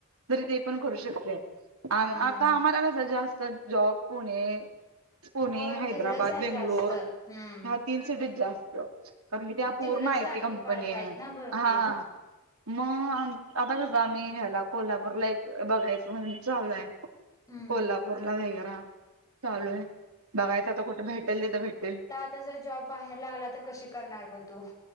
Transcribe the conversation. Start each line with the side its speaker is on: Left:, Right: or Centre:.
Right: तरी ते पण करू शकते. आ
Left: हम्म
Right: आता आम्हाला कसं जास्त जॉब पुणे पुणे,
Left: होय
Right: हैदराबाद,
Left: तिकडच आहे
Right: बेंगलोर
Left: जास्त हम्म
Right: ह्या तीन सिटीत जास्तं कारण कि ते हा
Left: तिकडच
Right: पूर्ण आयटी कंपनी
Left: पार्क
Right: आहे,
Left: आहेत ना भरपूर
Right: हा. मग, आता कसं आम्ही ह्याला कोल्हापूरला एक बघायचं म्हणून चालू आहे.
Left: हम्म
Right: कोल्हापूरला, वेगारा चालू आहे. बघायचं आता कुठं भेटेल, तिथे भेटतील.
Left: कुठं जर जॉब बाहेर लागला, तर कशी करणार गं तू?